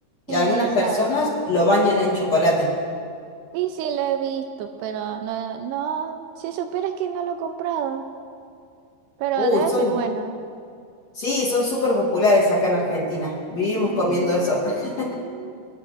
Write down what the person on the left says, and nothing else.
Y
algunas personas lo bañan en chocolate.
Uy,
son,
sí, son súper populares acá en Argentina. Vivimos
comiendo eso. <laughs>